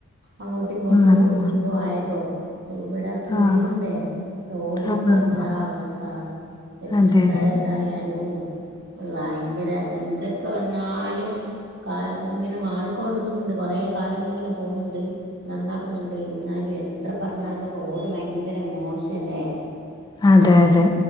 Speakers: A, on the right (about 50°); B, on the left (about 20°).
A: അങ്ങോട്ടും ഇങ്ങോട്ടു
B: ആഹ്
A: എന്തോ ആയതോ ഇവടെ കുഴി
B: ആഹ്
A: കൊണ്ടേ റോഡ്
B: ആഹ്
A: ഇപ്പൊ എന്താ
B: ആഹ്
A: അവസ്ഥ. എത്ര
B: അതെ അതെ
A: ഇതായാലും ഭയങ്കര എന്തൊക്കെ വന്നാലും കാ ലം ഇങ്ങനെ മാറിക്കോണ്ട്ക്കുന്നുണ്ട്. കൊറേ കാലങ്ങളിങ്ങനെ പോകുന്നുണ്ട്, നന്നാക്കുന്നുണ്ട്. എന്നാലും എൻ എത്ര പറഞ്ഞാലും റോഡ് ഭയങ്കര മോശല്ലേ. അപ്പൊ
B: അതെ അതെ